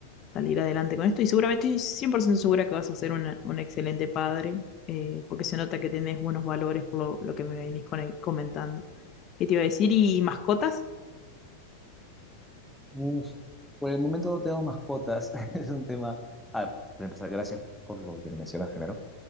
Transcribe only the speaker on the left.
salir adelante con esto y seguramente estoy 100% segura que vas a ser una- un excelente padre, eh, porque se nota que tenés buenos valores por lo, lo que me venís con- eh, comentando. ¿Qué te iba a decir? ¿Y mascotas?